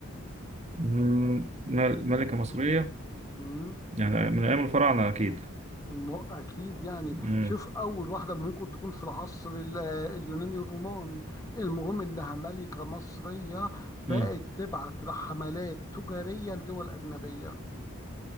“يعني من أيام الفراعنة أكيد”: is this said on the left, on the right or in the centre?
Right